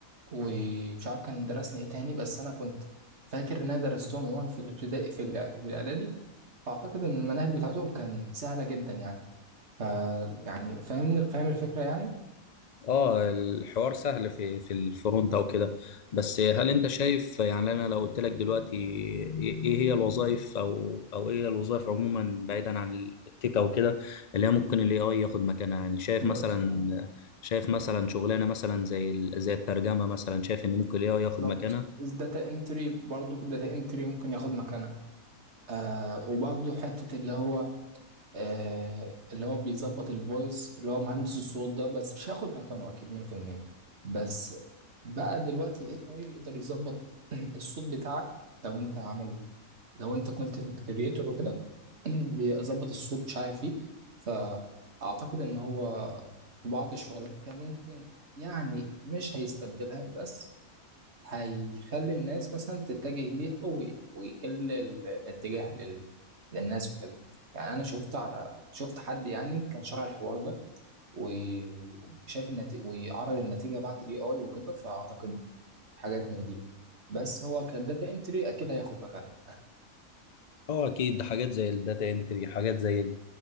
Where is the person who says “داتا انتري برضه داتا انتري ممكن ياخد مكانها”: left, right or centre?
Right